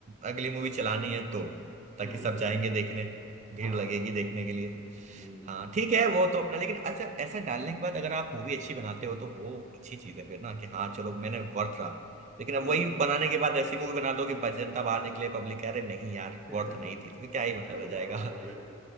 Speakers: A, on the right; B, in the centre.
A: अगली मूवी चलानी है तो ताकि
B: हम्म
A: सब जाएंगे देखने भीड़
B: हाँ
A: लगेगी देखने के लिए
B: हम्म
A: हाँ ठीक है वो तो अपना लेकिन अच्छा ऐसा डालने के बाद अगर आप मूवी अच्छी बनाते हो तो वो अच्छी चीज है फिर ना कि हाँ चलो मैंने वर्थ रहा लेकिन अब
B: हम्म
A: वही बनाने के बाद ऐसी मूवी बना दो कि बस जनता बाहर निकले पब्लिक कह रहे नहीं यार
B: <laughs>
A: वर्थ नहीं थी तो फिर क्या
B: पैसे
A: ही मतलब रह जाएगा
B: बर्बाद हो गए